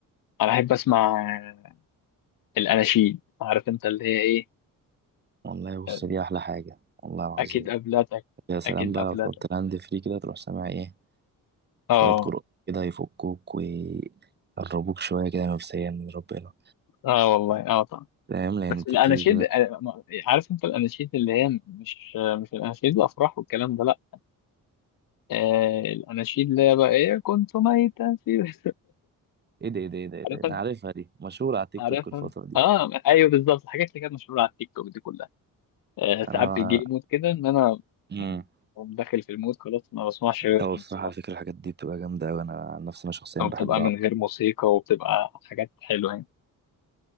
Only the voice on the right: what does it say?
والله بص
دي احلى حاجه والله العظيم
يا سلام
بقى
لو تحط الهاند فري كده تروح سامع ايه
شويه قرآن كده يفكوك ويقربوك شويه كده نفسيا من ربنا
فاهم لان
انت
بتيجي كده
ايه ده ايه ده ايه ده إيه ده؟
انا عارفها دي مشهوره على التيك
توك الفتره دي
انا
امم
هو بصراحه
على فكره الحاجات دي بتبقى جامده وانا عن نفسي انا شخصيا
بحبها